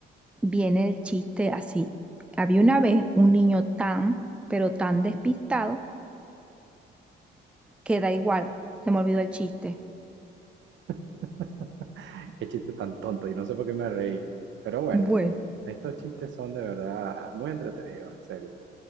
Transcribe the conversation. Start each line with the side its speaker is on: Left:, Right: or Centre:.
Centre: Viene el chiste así. Había una vez un niño tan, pero tan despistado que da igual. Se me olvidó el chiste.
Right: <laughs> Qué chiste tan tonto y no sé por qué me reí. Pero bueno,
Centre: Bueno,
Right: estos chistes son de verdad muy entretenidos, en serio.